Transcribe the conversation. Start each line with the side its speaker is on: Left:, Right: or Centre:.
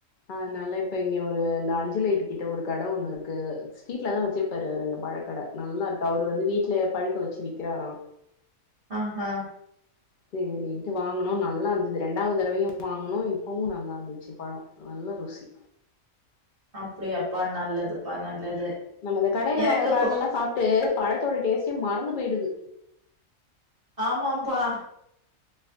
Left: அதுனால இப்ப இங்க ஒரு இந்த அஞ்சு லைட்டு கிட்ட ஒரு கட ஒண்ணு இருக்கு ஸ்ட்ரீட்லதா வச்சிருப்பாரு ஒரு இந்த ப ழக்கட நல்லா இருக்கு அவுரு வந்து வீட்ல பழுக்க வெச்சு விக்கிறாரா
Right: ஆஹா
Left: செரின்ட்டு வாங்கணு நல்லா இர்ந்தது ரெண்டாவ்த் தடவையு வாங்கணு இப்பவு நல்லா இர்ந்துச்சு பழோ நல்ல ருசி
Right: அப்படியாப்பா நல்லதுப்பா நல்லது
Left: நம்ம இந்த கடையில
Right: எனக்கு
Left: வாங்குற பழங்கல்லா
Right: கொ
Left: சாப்ட்டு பழத்தோட டேஸ்ட்டே மறந்து போயிடுது
Right: ஆமாம்பா